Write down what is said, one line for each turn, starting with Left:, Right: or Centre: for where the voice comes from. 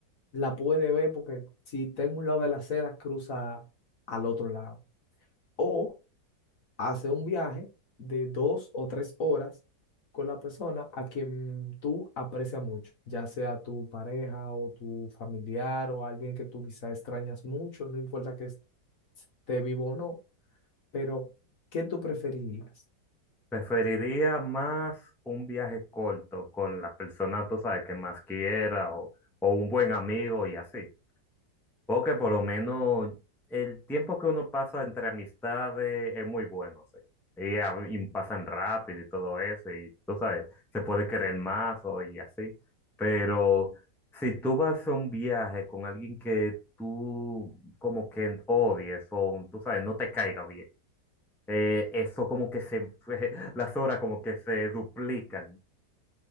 Left: la puedes ver porque si está en un lado de la acera cruza al otro lado. O hace un viaje de dos o tres horas con la persona a quien tú aprecias mucho, ya sea tu pareja o tu familiar o alguien que tú quizá extrañas mucho, no importa que esté vivo o no, pero ¿qué tú preferirías?
Centre: Preferiría más un viaje corto con la persona, tú sabes, que más quiera o, o un buen amigo y así. Porque por lo menos el tiempo que uno pasa entre amistades es muy bueno, sí. Y, a- y pasan rápido y todo eso, y tú sabes, se puede querer más o y así. Pero si tú vas a un viaje con alguien que tú como que odies o tú sabes, no te caiga bien eh, eso como que se, <laughs> las horas como que se duplican.